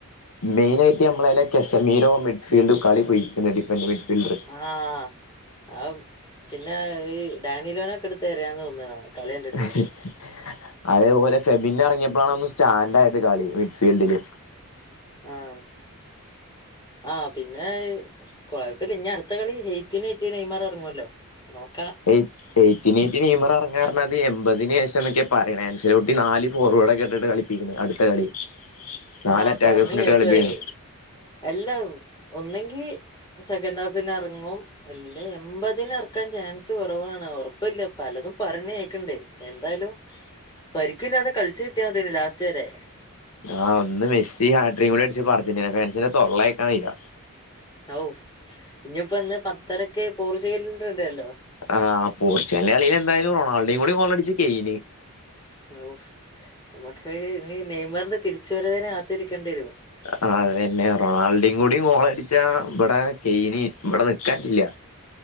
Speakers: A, on the left (about 80°); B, on the left (about 20°).
A: മെയിന ആയിട്ട് നമ്മളെ കശ്മീരോ മിഡ്ഫീൽഡോ കളി പയിക്ണ്‌ ഡിഫന്റ് മിഡ്ഫീൽഡ്
B: ആഹ ആ പിന്നെ ഈ ഡാനിലോനൊക്കെ എടുത്ത് എറിയന്ന് തോന്നണ കളി കണ്ടിട്ട്
A: ആഹ് ഹ് അതേപോലെ ഫെബിന്ന് എറങ്ങിയപ്പഴാണ് ഒന്ന് സ്റ്റാൻഡ് ആയത് കളി മിഡ്ഫീൽഡില്
B: ആഹ ആഹ് പിന്നെ കോഴപ്പില്ല ഇനി അടുത്ത കളി ഹെയ്പ്പിനേറ്റ് നെയ്മർ എറങ്ങോല്ലോ നോക്കാ.
A: ഏയ് എയ്റ്ററ്റി നയിമർറങ്ങാറങ്ങാ അത് എമ്പതിനന് ശേഷം എന്നൊകെ പറിണെ എൻസിറോട്ടി നാല് ഫോർവേഡ്ക്കെട്ടിട്ട് കളി പിക്ക്ണ് അടുത്ത കളി നാല്
B: ആഹ
A: അറ്റാക്കേഴ്സിനിട്ട്
B: പർഞ്ഞു കേട്ടുഅഹ്
A: കളിപ്പിക്കണ്
B: അല്ല ഒന്നെങ്കി സെക്കൻഡഹാഫിനറങ്ങും അല്ല എൺമ്പതിനെ എറക്കാൻ ചാൻസ് കുറവാണ് ഉറപ്പില്ല പലതും പരിണ്‌ എക്ണ്ട്. എന്തായാലും പരിക്കില്ലാതെ കളിച്ചു കിട്ടിയാ തേന്ന് ലാസ്റ്റ് വരേ
A: ആഹ ഒന്ന് മെസ്സി ഹാട്രി കൂടെ അടിച്ചപ്പോ അർജന്റിന ഫൻസിന്റെ തൊള്ള കേൾക്കാൻവെയ്യ
B: ഔ ഇഞ്ഞിപ്പോ ഇന്ന് പത്തരക് പോർച്ച് കല്ല് ഇണ്ടല്ലോ.
A: ആ പോർച്ചുകല്ലിന്റെ കളിയില് എന്തായാലും റൊണാൾഡിം കൂടി കൊള്ളടിച്ച കെയിഞ്.
B: ഓഹഫ് ന്ട്ടു ഇ നെയ്മറിന്റെ തിരിച് വരവിന്ന് കാത്തിരിക്കേണ്ടി വരും.
A: ആ അത്തന്നെ റൊണാൾഡിം കൂടി കോളടിച്ചാ ഇവിടെ കെയയിന് ഇവിടെ നിക്കാപട്ടില്ല.